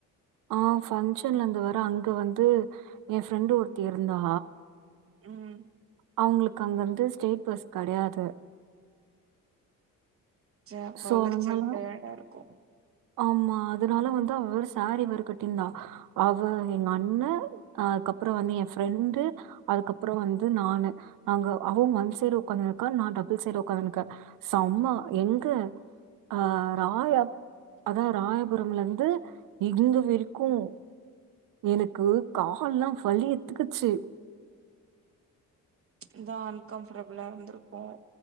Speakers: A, on the right; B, on the right.
A: ஆஹ் பங்க்ஷன்ல இருந்து வர அங்க வந்து என் ஃப்ரெண்டு் ஒருத்தி இருந்தா
B: உம்
A: அவங்களுக்கு அங்கிருந்து ஸ்டேட்ஸ் பஸ் கிடையாது
B: ச்ச ம
A: ஸோ,
B: அளைச்சல்ஃடயடா
A: அதனால
B: இருக்கும்
A: ஆமா அதனால வந்து அவ சாரி வருகட்ட இருந்தா அவ எங்க அண்ண அதுக்கப்புறம் வந்து என் ஃரெண்டு அதுக்கப்புறம் வந்து நான் நாங்க அவன் ஒன் சைடு உ்காந்து நக்க நான் டபுள் சைடு உ்காந்துக்கேன் சோ அம்மா எங்க ஆஹ் ராய அதாவ ராயபுரம்ல இருந்து இங்க வரைக்கும் எனக்கு காலல்லாம் வலி எடுத்துக்குச்சு
B: இதான் அன்கம்ஃபர்டபிளா இருந்திருக்கும்